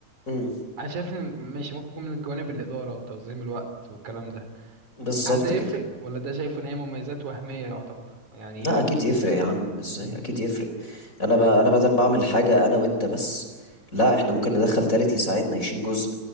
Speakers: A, on the left; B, on the right.
A: مم،
B: انا شايف ان ماشي ممكن يكون من جوانب الاداره وتنظيم الوقت والكلام ده
A: بالظبط
B: هل ده يفرق
A: كده
B: ولا ده شايف ان هي مميزات وهميه يعتبر يعني
A: لا اكيد يفرق يا عم ازاي
B: مم.
A: اكيد يفرق انا ب...
B: ايوه
A: انا بدل ما اعمل حاجه انا وانت بس لا احنا ممكن ندخل تالت يساعدنا يشيل جزء